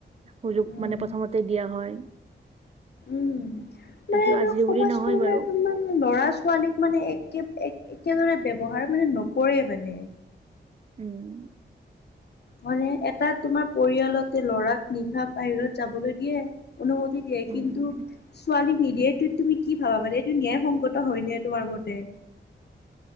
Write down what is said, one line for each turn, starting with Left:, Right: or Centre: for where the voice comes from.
Right: সুযোগ
Left: উম
Right: মানে প্ৰথমতে দিয়া হয়,
Left: উম্, মানে
Right: এইটো আজিৰ
Left: সমাজখন
Right: বুলি নহয় বাৰু
Left: মানে তোমাৰ ল'ৰা ছোৱালীক মানে একে, একেদৰে ব্যৱহাৰ মানে নকৰে মানে,
Right: উম্
Left: মানে এটা তোমাৰ পৰিয়ালতে ল'ৰাক নিশা বাহিৰত যাবলৈ দিয়ে। অনুমতি দিয়ে,
Right: উম
Left: কিন্তু ছোৱালীক নিদিয়ে, এইটো তুমি কি ভাবা মানে এইটো ন্যায়সংগত হয় নে তোমাৰ মতে?